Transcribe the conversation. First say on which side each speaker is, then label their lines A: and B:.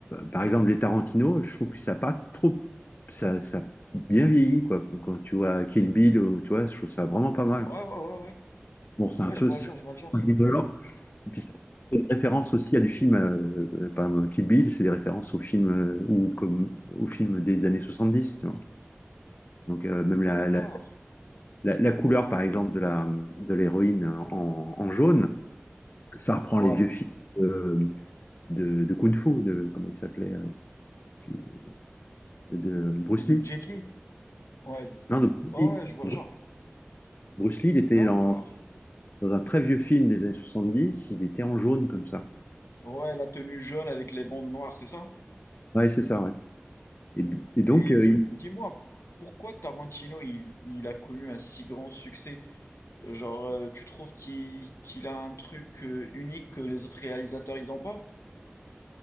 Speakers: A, on the left; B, on the left.
A: par exemple, les Tarantino, je trouve que ça a pas trop, ça, ça a bien vieilli quoi. Quand tu vois Kill Bill, ou- tu vois, je trouve ça vraiment pas mal.
B: Ouais,
A: quoi.
B: ouais, ouais, ouais.
A: Bon, c'est
B: Ouais,
A: un peu
B: je vois
A: s-
B: le genre, je vois le genre.
A: indolore. Et puis c'est une référence aussi à du film, euh, euh, par exemple, Kill Bill, c'est des références au film euh, ou comme au film des années 70, tu vois. Donc euh, même la,
B: D'accord.
A: la, la- la couleur, par exemple, de la de l'héroïne en, en jaune, ça reprend
B: Ouais.
A: les vieux films. euh, De, de Kung Fu, de, comment il s'appelait, euh, celui- de Bruce
B: De
A: Lee.
B: Jet Li. Ouais.
A: Non, de Bruce
B: Ouais,
A: Lee.
B: ouais, je vois
A: Bru-
B: le genre.
A: Bruce Lee, il était
B: D'accord.
A: dans, dans un très vieux film des années 70, il était en jaune comme
B: Il-
A: ça.
B: Ouais, la tenue jaune avec les bandes noires, c'est ça?
A: Ouais, c'est ça, ouais. Et, d- et donc,
B: Et
A: euh,
B: dis,
A: il-
B: dis-moi, pourquoi Tarantino, il, il a connu un si grand succès? Euh, Genre, euh, tu trouves qu'il qu'il a un truc euh, unique que les autres réalisateurs, ils ont pas?